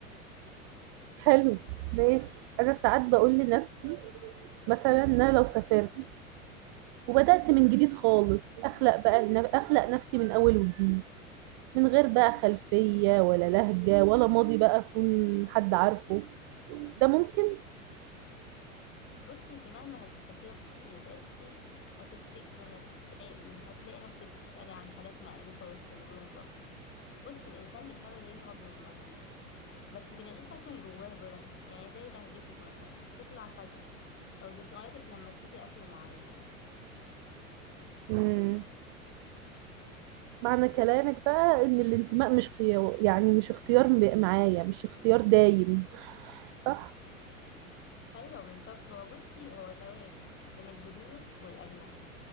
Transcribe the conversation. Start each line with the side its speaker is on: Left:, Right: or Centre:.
Right: حلو ماشي انا ساعات بقول لنفسي مثلا ان انا لو سافرت وبدأت من جديد خالص اخلق بقى اخلق نفسي من اول وجديد من غير بقى خلفية ولا لهجة ولا ماضي بقى يكون حد عارفه ده ممكن
Left: بصي انت مهما سافرتي وبعدتي هتفتكري هتشتاقي هتلاقي نفسك بتسألي عن حاجات مألوفة وسط الغربة بصي الإنسان بيحاول يهرب من ماضيه بس بيلاقيه ساكن جواه برضه يعني زي لهجتك مثلا تطلع فجأة أو ذكرياتك لما تشوفي أكل معين
Right: مم. معنى كلامك بقى إن الانتماء مش خيار يعني مش اختيار م- معايا مش اختيار دايم صح؟
Left: أيوة بالظبط هو بصي هو توازن بين الجذور والأجنحة